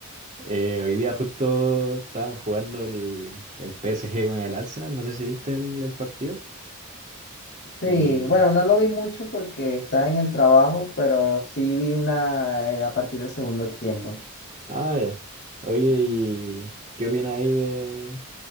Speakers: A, on the right (about 35°); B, on the left (about 45°).
A: eh, hoy día justo estaban jugando el, el PSG con el Arsenal, no sé si viste el, el partido.
B: Sí,
A: Y,
B: bueno, no lo vi mucho porque estaba en el trabajo, pero sí vi una eh, a partir del segundo tiempo.
A: ah, ya. Oye, ¿y qué opinas ahí de,